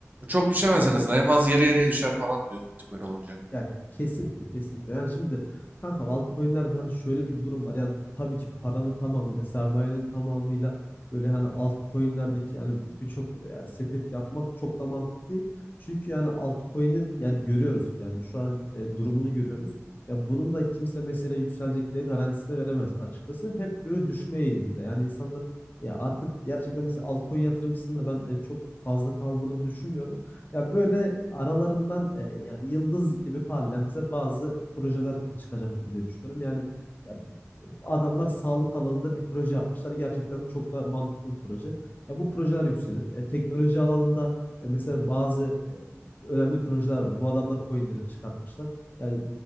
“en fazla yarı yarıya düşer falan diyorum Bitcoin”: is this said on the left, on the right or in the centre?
Right